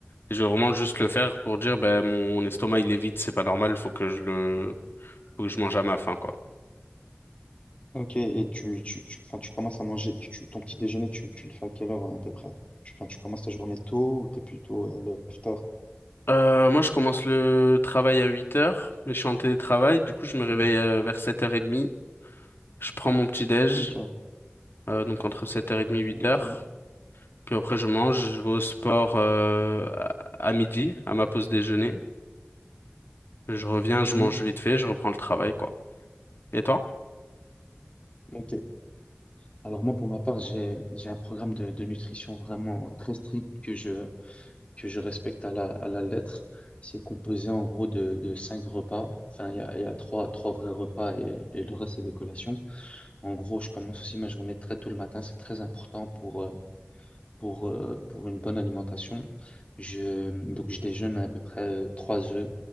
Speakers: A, on the left; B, on the left.
A: Je vais vraiment juste le faire pour dire, ben, mon estomac, il est vide, c'est pas normal, faut que je le, faut que je mange à ma faim, quoi.
B: Ok, et tu, tu, tu, enfin, tu commences à manger, tu, tu- ton petit déjeuner, tu, tu le fais à quelle heure hein, à peu près? Tu, enfin, tu commences ta journée tôt ou t'es plutôt euh, lève-tard?
A: Euh, moi, je commence le travail à 8 heures, mais je suis en télétravail, du coup, je me réveille
B: Mhm.
A: euh, vers 7h30. Je prends mon petit-déj,
B: Ok,
A: euh, donc entre sept heures 30 et huit
B: ok,
A: heures Puis après, je mange, je vais au sport euh, à à midi, à ma pause déjeuner. Je reviens,
B: Mhm.
A: je mange vite fait, je reprends le travail, quoi. Et toi?
B: ok. Alors moi, pour ma part, j'ai j'ai un programme de, de nutrition vraiment très strict que je que je respecte à la, à la lettre. C'est composé en gros de, de cinq repas. Enfin, il y a, il y a trois, trois vrais repas et, et le reste, c'est des collations. En gros, je commence aussi ma journée très tôt le matin. C'est très important pour, euh, pour, euh, pour une bonne alimentation. Je, donc, je déjeune à, à peu près euh, trois œufs.